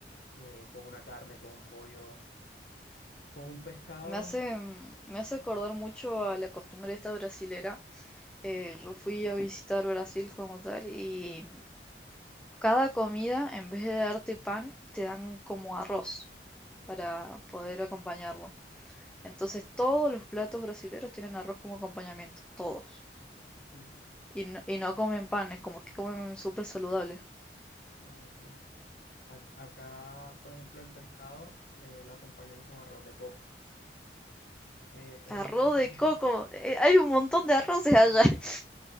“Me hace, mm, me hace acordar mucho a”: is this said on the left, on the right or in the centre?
Centre